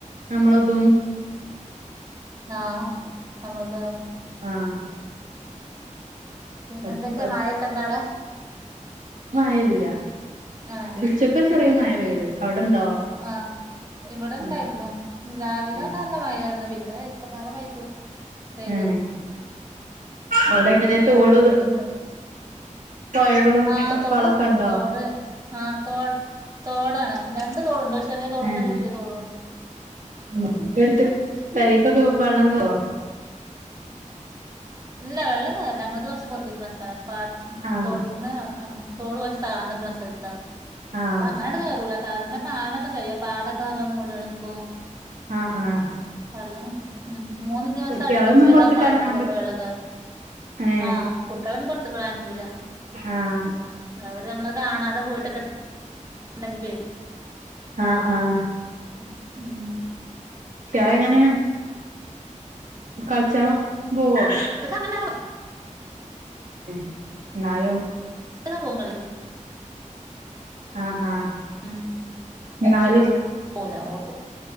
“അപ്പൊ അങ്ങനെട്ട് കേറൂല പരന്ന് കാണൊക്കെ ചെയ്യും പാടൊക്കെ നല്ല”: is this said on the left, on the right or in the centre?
Right